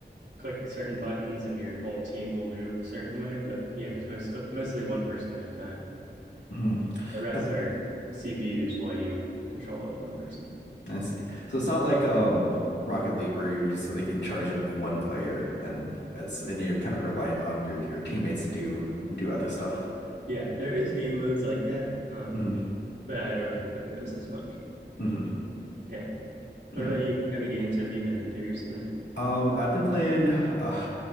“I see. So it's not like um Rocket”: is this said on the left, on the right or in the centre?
Left